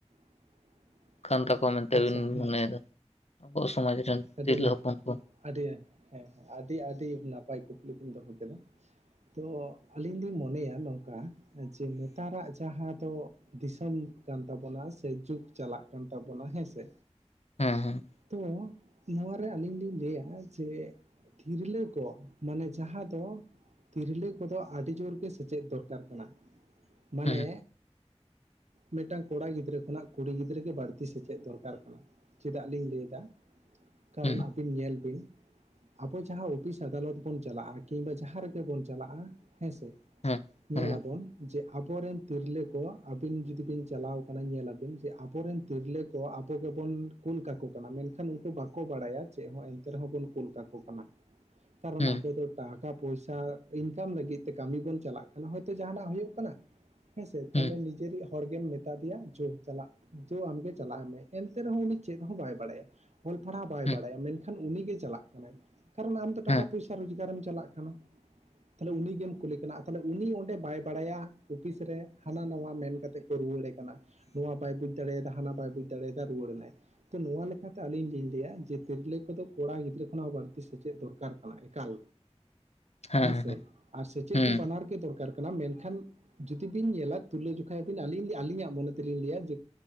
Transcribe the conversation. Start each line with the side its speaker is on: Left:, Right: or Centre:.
Right: <inaudible>
Left: ᱠᱟᱱ ᱛᱟᱠᱚᱣᱟ ᱢᱮᱱᱛᱮ
Right: ᱟᱪᱪᱷᱟ
Left: ᱵᱤᱱ
Right: ᱦᱮᱸ
Left: ᱢᱚᱱᱮᱭᱮᱫᱟ ᱟᱵᱚᱣᱟᱜ ᱥᱚᱢᱟᱡᱽ ᱨᱮᱱ
Right: ᱟᱹᱰᱤ
Left: ᱛᱤᱨᱞᱟᱹ
Right: ᱱᱟᱯ
Left: ᱦᱚᱯᱚᱱ ᱠᱚ᱾
Right: ᱟᱹᱰᱤ ᱦᱮᱸᱸ ᱟᱹᱰᱤ ᱟᱹᱰᱤ ᱱᱟᱯᱟᱭ ᱠᱩᱠᱞᱤ ᱵᱤᱱ ᱫᱚᱦᱚ ᱠᱮᱫᱟ ᱛᱚ ᱟᱹᱞᱤᱧ ᱞᱤᱧ ᱢᱚᱱᱮᱭᱟ ᱱᱚᱝᱠᱟ ᱡᱮ ᱱᱮᱛᱟᱨᱟᱜ ᱡᱟᱦᱟᱸ ᱫᱚ ᱫᱤᱥᱚᱢ ᱠᱟᱱ ᱛᱟᱵᱚᱱᱟ ᱥᱮ ᱡᱩᱜᱽ ᱪᱟᱞᱟᱜ ᱠᱟᱱ ᱛᱟᱵᱚᱱᱟ ᱦᱮᱸᱥᱮ
Left: ᱦᱮᱸ ᱦᱮᱸ
Right: ᱛᱚ ᱱᱚᱣᱟᱨᱮ ᱟᱹᱞᱤᱧ ᱞᱤᱧ ᱞᱟᱹᱭᱟ ᱡᱮ ᱛᱤᱨᱞᱟᱹ ᱠᱚ ᱢᱟᱱᱮ ᱡᱟᱦᱟᱸ ᱫᱚ ᱛᱤᱨᱞᱟᱹ ᱠᱚᱫᱚ ᱟᱹᱰᱤ ᱡᱳᱨ ᱜᱮ ᱥᱮᱪᱮᱫ ᱫᱚᱨᱠᱟᱨ ᱠᱟᱱᱟ ᱢᱟᱱᱮ
Left: ᱦᱮᱸ
Right: ᱢᱤᱫᱴᱟᱝ ᱠᱚᱲᱟ ᱜᱤᱫᱽᱨᱟᱹ ᱠᱷᱚᱱᱟᱜ ᱠᱩᱲᱤ ᱜᱤᱫᱽᱨᱟᱹ ᱜᱮ ᱵᱟᱹᱲᱛᱤ ᱥᱮᱪᱮᱫ ᱫᱚᱨᱠᱟᱨ ᱠᱟᱱᱟ ᱪᱮᱫᱟᱜ ᱞᱤᱝ ᱞᱟᱹᱭ ᱮᱫᱟ ᱠᱟᱨᱚᱱ
Left: ᱦᱮᱸ
Right: ᱟᱹᱵᱤᱱ ᱧᱮᱞ ᱵᱤᱱ ᱟᱵᱚ ᱡᱟᱦᱟᱸ ᱚᱯᱷᱤᱥ ᱟᱫᱟᱞᱚᱛ ᱵᱚᱱ ᱪᱟᱞᱟᱜᱼᱟ ᱠᱤ ᱵᱟᱸ ᱡᱟᱦᱟᱸ ᱨᱮᱜᱮ ᱵᱚᱱ ᱪᱟᱞᱟᱜᱼᱟ ᱦᱮᱸᱥᱮ
Left: ᱦᱮᱸ
Right: ᱧᱮᱞ
Left: ᱦᱮᱸ
Right: ᱟᱵᱚᱱ ᱡᱮ ᱟᱵᱚ ᱟᱵᱚᱨᱮᱱ ᱛᱤᱨᱞᱟᱹ ᱠᱚ ᱟᱹᱵᱤᱱ ᱡᱩᱫᱤ ᱵᱤᱱ ᱪᱟᱞᱟᱣ ᱠᱟᱱᱟ ᱧᱮᱞᱟ ᱵᱤᱱ ᱡᱮ ᱟᱵᱚᱨᱮᱱ ᱛᱤᱨᱞᱟᱹ ᱠᱚ ᱟᱵᱚ ᱜᱮᱵᱚᱱ ᱠᱩᱞ ᱠᱟᱠᱚ ᱠᱟᱱᱟ ᱢᱮᱱᱠᱷᱟᱱ ᱠᱷᱟᱱ ᱩᱱᱠᱩ ᱵᱟᱠᱚ ᱵᱟᱲᱟᱭᱟ ᱪᱮᱫ ᱦᱚᱸ ᱮᱱᱛᱮ ᱨᱮᱦᱚᱸ ᱵᱚᱱ ᱠᱩᱞ ᱠᱟᱠᱚ ᱠᱟᱱᱟ ᱠᱟᱨᱚᱱ
Left: ᱦᱮᱸ
Right: ᱟᱵᱚ ᱫᱚ ᱴᱟᱠᱟ ᱯᱚᱭᱥᱟ ᱤᱱᱠᱟᱢ ᱞᱟᱹᱜᱤᱫ ᱛᱮ ᱠᱟᱹᱢᱤ ᱵᱚᱱ ᱪᱟᱞᱟᱜ ᱠᱟᱱᱟ ᱦᱳᱭ ᱛᱚ ᱡᱟᱦᱟᱱᱟᱜ ᱦᱩᱭᱩᱜ ᱠᱟᱱᱟ ᱦᱮᱸᱥᱮ ᱛᱟᱦᱚᱞᱮ
Left: ᱦᱮᱸ
Right: ᱱᱤᱡᱮᱨᱤᱡ ᱦᱚᱲ ᱜᱮᱢ ᱢᱮᱛᱟ ᱫᱮᱭᱟ ᱫᱳ ᱪᱟᱞᱟᱜ ᱫᱳ ᱟᱢᱜᱮ ᱪᱟᱞᱟᱜ ᱢᱮ ᱮᱱᱛᱮ ᱨᱮᱦᱚᱸ ᱩᱱᱤ ᱪᱮᱫ ᱦᱚᱸ ᱵᱟᱭ ᱵᱟᱲᱟᱭᱟ ᱚᱞ ᱯᱟᱲᱦᱟᱣ ᱵᱟᱭ
Left: ᱦᱮᱸ
Right: ᱵᱟᱲᱟᱭᱟ ᱢᱮᱱᱠᱷᱟᱱ ᱩᱱᱤᱜᱮ ᱪᱟᱞᱟᱜ ᱠᱟᱱᱟᱭ ᱠᱟᱨᱚᱱ ᱟᱢ ᱛᱚ ᱴᱟᱠᱟ
Left: ᱦᱮᱸ
Right: ᱯᱚᱭᱥᱟ ᱨᱳᱡᱽᱠᱟᱨ ᱮᱢ ᱪᱟᱞᱟᱜ ᱠᱟᱱᱟ ᱛᱟᱦᱚᱞᱮ ᱩᱱᱤ ᱜᱮᱢ ᱠᱩᱞᱮ ᱠᱟᱱᱟ ᱛᱟᱦᱚᱞᱮ ᱩᱱᱤ ᱚᱸᱰᱮ ᱵᱟᱭ ᱵᱟᱲᱟᱭᱟ ᱚᱯᱷᱤᱥ ᱨᱮ ᱦᱟᱱᱟ ᱱᱟᱣᱟ ᱢᱮᱱ ᱠᱟᱛᱮᱫ ᱨᱩᱣᱟᱹᱲᱮ ᱠᱟᱱᱟ ᱱᱚᱣᱟ ᱵᱟᱭ ᱵᱩᱡᱽ ᱫᱟᱲᱮᱭᱟᱫᱟ ᱦᱟᱱᱟ ᱵᱟᱭ ᱵᱩᱡᱽ ᱫᱟᱲᱮᱭᱟᱫᱟ ᱨᱩᱣᱟᱹᱲ ᱮᱱᱟᱭ ᱛᱚ ᱱᱚᱣᱟ ᱞᱮᱠᱟ ᱛᱚ ᱟᱹᱞᱤᱧ ᱞᱤᱧ ᱞᱟᱹᱭᱟ ᱡᱮ ᱛᱤᱨᱞᱟᱹ ᱠᱚᱫᱚ ᱠᱚᱲᱟ ᱜᱤᱫᱽᱨᱟᱹ ᱠᱷᱚᱱᱟᱜ ᱦᱚᱸ ᱵᱟᱹᱲᱛᱤ ᱥᱮᱪᱮᱫ ᱫᱚᱨᱠᱟᱨ ᱠᱟᱱᱟ ᱮᱠᱟᱞ
Left: ᱦᱮᱸ ᱦᱮᱸ ᱦᱮᱸ
Right: ᱦᱮᱸᱥᱮ ᱟᱨ ᱥᱮᱪᱮᱫ ᱫᱚ
Left: ᱦᱮᱸ
Right: ᱵᱟᱱᱟᱨ ᱜᱮ ᱫᱚᱨᱠᱟᱨ ᱠᱟᱱᱟ ᱢᱮᱱᱠᱷᱟᱱ ᱡᱩᱫᱤ ᱵᱤᱱ ᱧᱮᱞᱟ ᱛᱩᱞᱟᱹ ᱡᱚᱠᱷᱟ ᱟᱹᱵᱤᱱ ᱟᱹᱞᱤᱧᱟᱜ ᱢᱚᱱᱮ ᱛᱮᱞᱤᱧ ᱞᱟᱹᱭᱟ ᱡᱮ